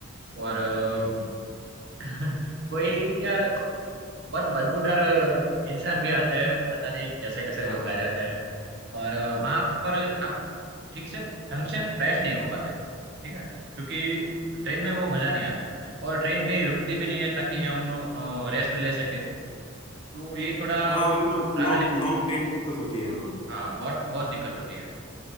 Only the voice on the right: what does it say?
और अ,
<laughs> कोई यार बहुत बदबूदार इंसान भी आते हैं पता नहीं कैसे कैसे
लोग
आ जाते हैं और अ, वहां
पर आप ठीक से ढंग से फ्रेश नहीं हो पाते ठीक है क्योंकि ट्रेन में वो मजा नहीं आता है और ट्रेन कहीं रुकती भी नहीं है ताकि हम रेस्ट ले सके तो ये थोड़ा
ट्रैवलिंग
हाँ बहुत बहुत दिक्कत होती है